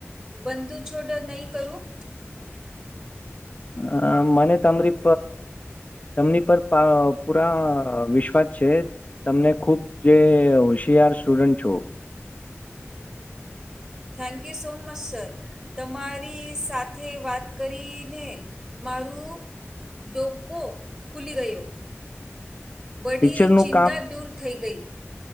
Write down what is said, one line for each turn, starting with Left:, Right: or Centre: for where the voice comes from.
Right: બંધુછોડ નહીં કરું
Left: અ મને તમારી તમની પર પૂરા વિશ્વાસ છે તમને ખુબ જે હોશિયાર સ્ટુડન્ટ છો
Right: thank you so much sir તમારી સાથે વાત કરીને મારું ડોકો ખુલી ગયો બડી
Left: ટીચરનું
Right: ચિંતા દૂર થઈ ગઈ